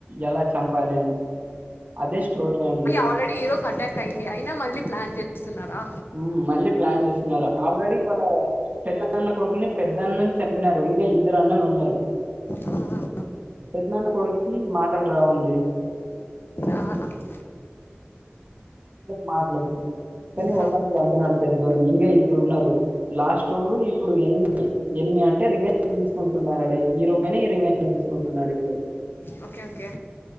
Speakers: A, on the right; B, on the left.
A: ఎలా చంపాలి అని అదే స్టోరీ అండి.
B: ఆల్రెడీ హీరో అటాక్ అయింది అయినా మళ్ళ ప్లాన్ జస్ తున్నారా
A: హ్మ్. మళ్ళీ ప్లాన్ చేస్తున్నారు ఆల్రెడీ వాళ్ళ పెద్ద నాన్న కొడుకుని పెద్దన్నని చంపినారు ఇంకా ఇద్దరు అన్నలు ఉన్నారు
B: ఆ,
A: పెద్ద నాన్న కొడుకుకి మాటలు రావండి
B: ఆ, ఓకే
A: మాట్లాంది కానీ
B: హా
A: ఒకరినీ చంపినాడు పెద్దొడిని ఇంకా ఇద్దరు ఉన్నారు లాస్ట్ోడు ఇప్పుడు ఎనిమి ఎనిమి అంటే రివెంజ్ తీసుకుంటున్నాడు హీరో పైన ఈ రివెంజ్ తీసుకుంటున్నాడు ఇప్పుడు
B: ఓకే ఓకే